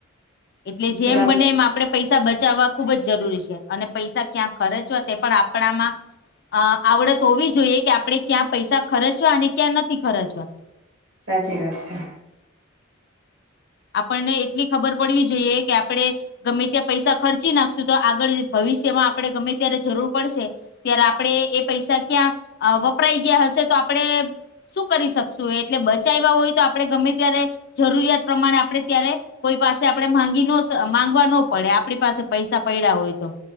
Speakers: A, on the left; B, on the right.
A: એટલે જેમ
B: થોડાક
A: બને એમ આપડે પૈસા બચાવવા ખુબ જ જરૂરી છે. અને પૈસા ક્યાં ખર્ચવા તે પણ આપણામાં આવડત હોવી જોઈએ કે, આપણે ક્યાં પૈસા ખર્ચવા અને ક્યાં નથી ખર્ચવા
B: સાચી વાત છે.
A: આપણને એટલી ખબર પડવી જોઈએ કે આપડણે ગમે ત્યા પૈસા ખર્ચી નાખશું તો, આગળ ભવિષ્યમાં આપડણે ગમે ત્યારે જરૂર પડશે ત્યારે આપણે એ પૈસા ક્યાં વપરાઈ ગયા હશે તો આપણે શું કરી શકશું? એટલે બચાવ્યા હોય તો, આપણે ગમે ત્યારે જરૂરિયાત પ્રમાણે, આપણે ત્યારે કોઈ પાસે આપણે માંગી ન માંગવા ન પડે આપણી પાસે પૈસા પડ્યા હોય તો.